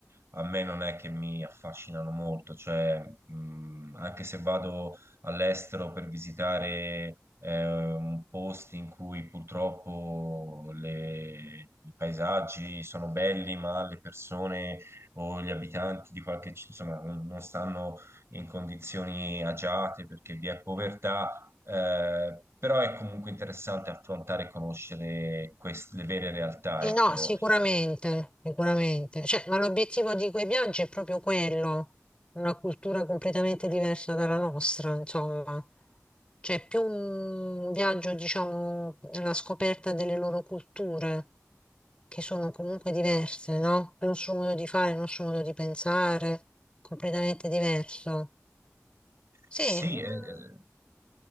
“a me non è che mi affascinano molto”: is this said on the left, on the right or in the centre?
Right